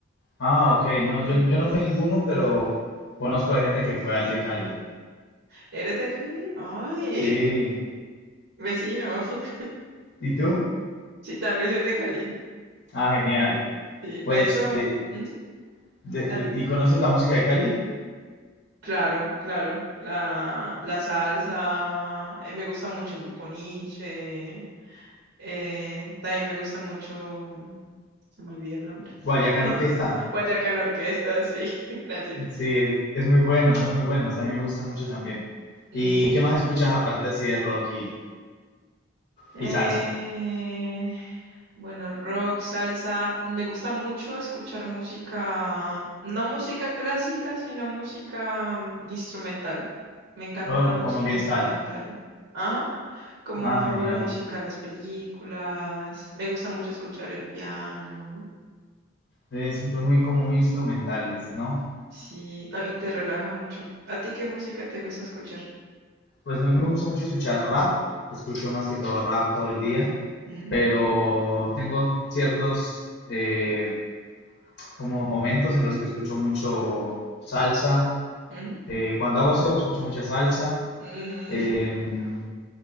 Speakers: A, on the left; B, on the right.
A: Ah,
B: Ve-
A: ok. No,
B: Ujú.
A: yo, yo no fui a ninguno, pero conozco de gente que fue al de Cali.
B: ¿Eres de Cali? Ay,
A: Sí.
B: <laughs> vecino. <laughs>
A: ¿Y tú?
B: Sí, también soy de Cali.
A: Ah, genial.
B: Sí, de
A: Pues
B: hecho,
A: eh,
B: ujú,
A: de-
B: dale.
A: de- ¿y conoces la música de Cali?
B: Claro, claro. La, la salsa, eh, me gusta mucho Grupo Niche. Eh, también me gusta mucho, se me olvida el nombre.
A: Guayacán
B: <laughs>
A: Orquesta.
B: Guayacán Orquesta, sí, <laughs> gracias.
A: Sí, es, es muy bueno, son muy buenos. A mí me gustan mucho también.
B: Mm.
A: ¿Y qué más escuchas aparte así de rock y,
B: Eh,
A: y salsa?
B: bueno, rock, salsa. Me gusta mucho escuchar música, no música clásica, sino música mm, instrumental. Me encanta
A: Oh,
B: la música
A: como ambiental.
B: instrumental. Ajá. Como
A: Ah, genial.
B: la música de las películas. Me gusta mucho escuchar el piano.
A: Es muy como muy instrumentales, ¿no?
B: Sí, no, y te relaja mucho. ¿A ti qué música te gusta escuchar?
A: Pues a mí me gusta mucho escuchar rap. Escucho más que todo rap todo el día.
B: Mm,
A: Pero tengo ciertos eh, como momentos en los que escucho mucho salsa.
B: mm,
A: Eh, cuando hago aseo escucho mucha salsa.
B: mm.
A: Em,
B: <laughs>